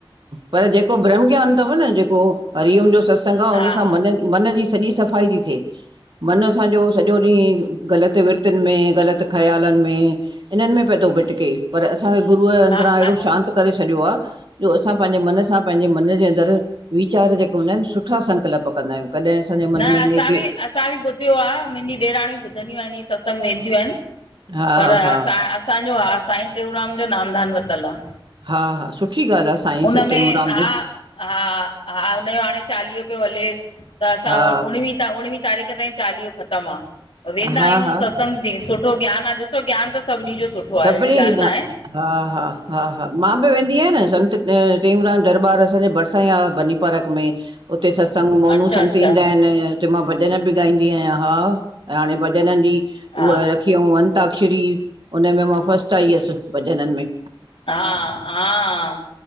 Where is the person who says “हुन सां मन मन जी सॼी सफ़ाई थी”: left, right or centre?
Right